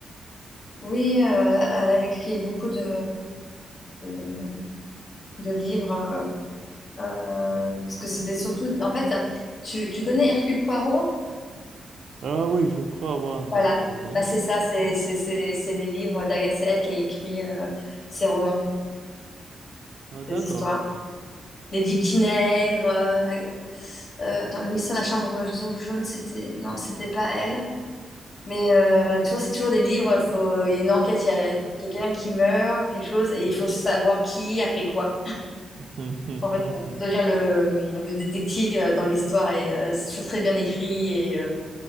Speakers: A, on the left; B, on the right.
A: Oui, euh, elle a, elle a écrit beaucoup de, de, de livres, euh, euh, parce que c'était surtout, en fait, tu, tu connais Hercule Poirot?
B: Ah oui, je crois avoir entendu
A: Voilà,
B: parler.
A: bah, c'est ça, c'est c'est- c'est- c'est les livres d'Agathe, c'est elle qui a écrit euh, ses romans,
B: Ah
A: ses
B: d'accord.
A: histoires. Les Dix Petits Nègres, euh, Ag- euh, attends, le mystère de la chambre jaune, c'était, non, c'était pas elle. Mais euh, tu vois, c'est toujours des livres, faut... il y a une enquête, il y a quelqu'un qui meurt, quelque chose, et il faut savoir qui a fait quoi.
B: <laughs>
A: En fait, on devient le, le détective euh, dans l'histoire, et euh, c'est toujours très bien écrit,